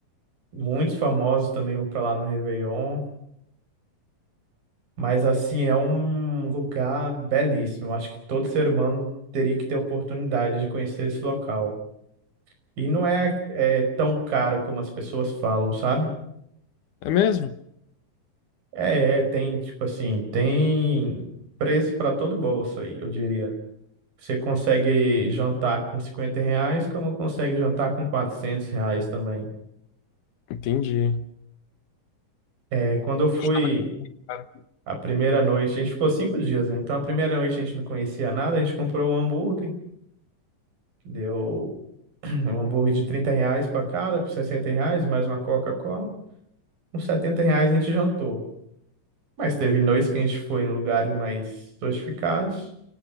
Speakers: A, on the right (about 85°); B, on the left (about 70°).
A: Muitos famosos também vão pra lá no Réveillon. Mas, assim, é um lugar belíssimo. Eu acho que todo ser humano teria que ter a oportunidade de conhecer esse local. E não é, é tão caro como as pessoas falam, sabe?
B: É mesmo?
A: É, é, tem, tipo assim, tem preço para todo bolso aí, eu diria. Você consegue jantar com 50 reais, como consegue jantar com 400 reais também.
B: Entendi.
A: É, quando eu fui.
B: Estava- cara,
A: A primeira noite, a gente ficou cinco dias, né? Então a primeira noite a gente não conhecia nada, a gente comprou um hambúrguer, deu <clears throat> um hambúrguer de 30 reais para cada, com 60 reais, mais uma Coca-Cola. Com 70 reais a gente jantou. Mas teve noites que a gente foi em lugares mais sofisticados,